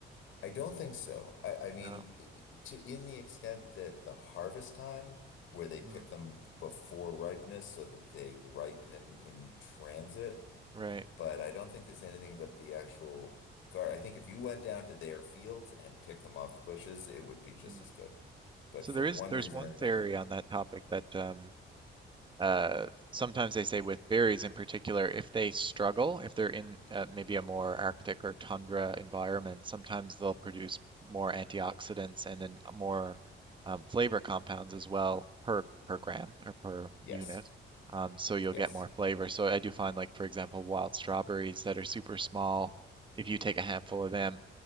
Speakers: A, on the left; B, on the right.
A: I don't think so. I, I mean,
B: No.
A: i- to in the extent that the harvest time, where they pick
B: Mm,
A: them before ripeness so that they ripen in transit,
B: right.
A: but I don't think there's anything about the actual guard. I think if you went down to their fields and picked them off the bushes, it would be just
B: Mm.
A: as good. But
B: So
A: for
B: there
A: one
B: is there's
A: reason
B: one
A: or another,
B: theory on that topic that um uh, sometimes they say with berries in particular, if they struggle, if they're in uh, maybe a more Arctic or tundra environment, sometimes they'll produce more antioxidants and then more um, flavor compounds as well per per gram or per
A: yes,
B: unit. Um, so you'll
A: yes,
B: get more flavor. So I do find like, for example, wild strawberries that are super small, if you take a handful of them